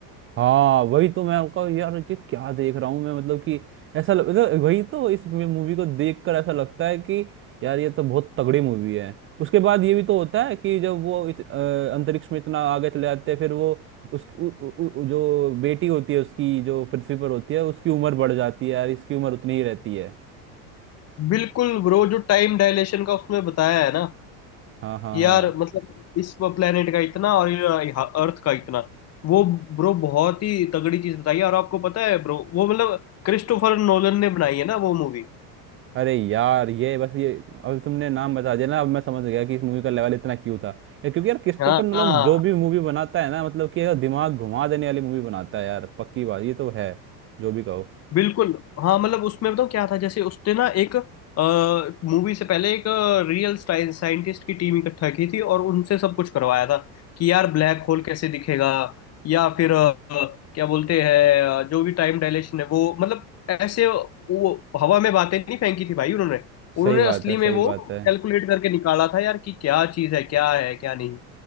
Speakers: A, on the right; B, on the left.
A: हाँ वही तो मैं आपका यार कि क्या देख रहा हूँ मैं मतलब कि ऐसा लग, तो वही तो इस मूवी को देखकर ऐसा लगता है कि यार ये तो बहुत तगड़ी मूवी है उसके बाद ये भी तो होता है कि जब वो इत, अ, अंतरिक्ष में इतना आगे चले जाते हैं फिर वो उस उ, उ, उ, जो बेटी होती है उसकी जो पृथ्वी पर होती है उसकी उम्र बढ़ जाती है यार इसकी उम्र उतनी ही रहती है
B: बिल्कुल ब्रो जो टाइम डायलेशन का उसमें बताया है ना
A: हाँ हाँ
B: यार
A: हाँ
B: मतलब इस प्लेनेट का इतना और अर्थ का इतना वो ब्रो बहुत ही तगड़ी चीज बताई है और आपको पता है ब्रो वो मतलब क्रिस्टोफर नोलन ने बनाई है ना वो मूवी
A: अरे यार ये बस ये अब तुमने नाम बता दिया ना अब मैं समझ गया कि इस मूवी का लेवल इतना क्यों था यार क्योंकि यार क्रिस्टोफर
B: हाँ
A: नोलन जो भी मूवी बनाता है ना मतलब कि यार दिमाग घुमा देने वाली मूवी बनाता है यार पक्की बात ये तो है जो भी कहो
B: बिल्कुल हाँ मतलब उसमें बताऊँ क्या था जैसे उसने ना एक मूवी से पहले एक अ, रियल साइंटिस्ट की टीम इकट्ठा की थी और उनसे सब कुछ करवाया था कि यार ब्लैक होल कैसे दिखेगा या फिर अ, क्या बोलते हैं अ, जो भी टाइम डायलेशन है वो मतलब ऐसे वो हवा में बातें नहीं फेंकी थी भाई उन्होंने
A: सही
B: उन्होंने
A: बात
B: असली
A: है
B: में
A: सही
B: वो
A: बात है
B: कैलकुलेट करके निकाला था यार कि क्या चीज़ है क्या है क्या नहीं